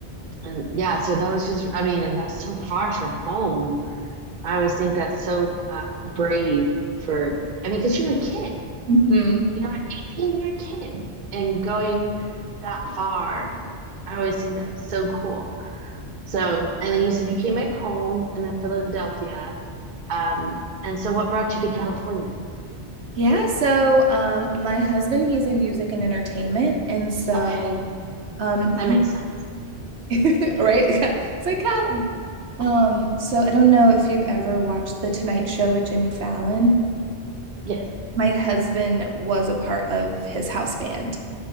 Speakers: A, on the right; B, on the right.
A: and yeah, so that was just I mean, and that's so far from home I always think that's so uh, brave for, I mean, because you're a kid,
B: hmm
A: you know, at 18, you're a kid and going that far, I always think that's so cool. So, and then you said you came back home and then Philadelphia. Um, and so what brought you to California?
B: Yeah, so um, my husband, he's in music and entertainment, and so
A: Okay.
B: um, he
A: That makes sense.
B: <laughs> right, <laughs> it's like Callie. Um, so I don't know if you've ever watched The Tonight Show with Jimmy Fallon.
A: Yeah. Yes.
B: My husband was a part of his house band.